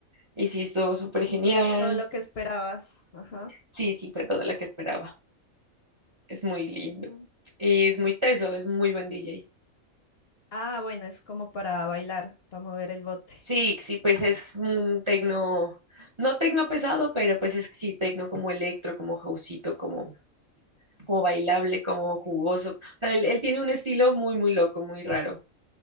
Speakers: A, on the right; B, on the left.
A: Y sí, estuvo súper genial.
B: Hiciera todo lo que esperabas. Ajá.
A: Sí, sí, fue todo lo que esperaba. Es muy lindo.
B: Mm.
A: Y es muy teso, es muy buen DJ.
B: Ah, bueno, es como para bailar, para mover el bote.
A: Sí, sí, pues es un tecno, no tecno pesado, pero pues es sí tecno como electro, como houseito, como, como bailable, como jugoso. O sea, él, él tiene un estilo muy, muy loco, muy raro.